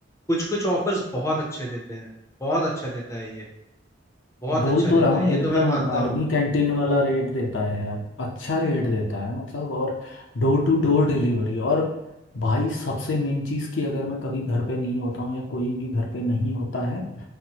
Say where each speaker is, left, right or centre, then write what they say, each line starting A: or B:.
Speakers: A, on the left; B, on the left.
A: कुछ कुछ ऑफर्स बहुत अच्छे देते हैं बहुत अच्छा देता है ये बहुत
B: बोल
A: अच्छा
B: तो
A: देता
B: रहा हूँ
A: है ये
B: एकदम
A: तो मैं मानता
B: आर्मी
A: हूँ
B: कैंटीन वाला रेट देता है यार अच्छा रेट देता है मतलब और डोर टू डोर डिलीवरी और भाई सबसे मेन चीज़ कि अगर मैं कभी घर पे नहीं होता हूँ या कोई भी घर पे नहीं होता है